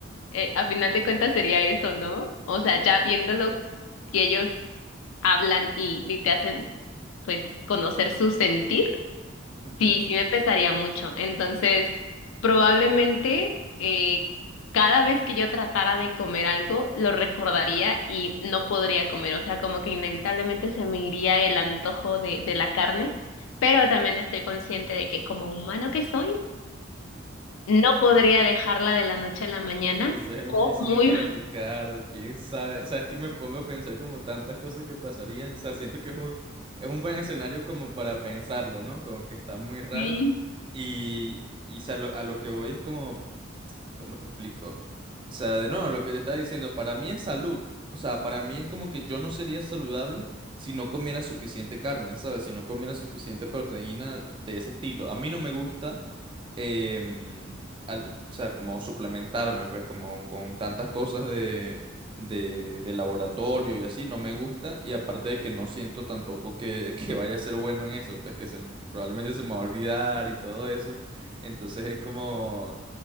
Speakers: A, on the left; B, on the right.
A: eh, a final de cuentas sería eso, ¿no? O sea, ya viéndolo, si ellos hablan y, y te hacen, pues, conocer su sentir.
B: Ujú.
A: Sí, sí me pesaría mucho. Entonces, probablemente eh, cada vez que yo tratara de comer algo, lo recordaría y no podría comer. O sea, como que inevitablemente se me iría el antojo de, de la carne, pero también estoy consciente de que como humano que soy, no podría dejarla de la noche a la mañana
B: Quizás empiecen
A: o muy...
B: a traficar,
A: <laughs>
B: quién sabe. O sea, es que me pongo a pensar como tantas cosas que pasarían. O sea, siento que es un, es un buen escenario como para pensarlo, ¿no? Como que está muy raro.
A: Sí.
B: Y, y o sea, lo- a lo que voy es como, ¿cómo te explico? O sea, de nuevo, lo que te estaba diciendo, para mí es salud. O sea, para mí es como que yo no sería saludable si no comiera suficiente carne, ¿sabes? Si no comiera suficiente proteína de ese estilo. A mí no me gusta. em, al- o sea, como suplementarme, pues, como con tantas cosas de, de, de laboratorio y así, no me gusta. Y aparte de que no siento tampoco que, <laughs> que vaya a ser bueno en eso, pues que se, m- probablemente se me va a olvidar y todo eso. Entonces es como,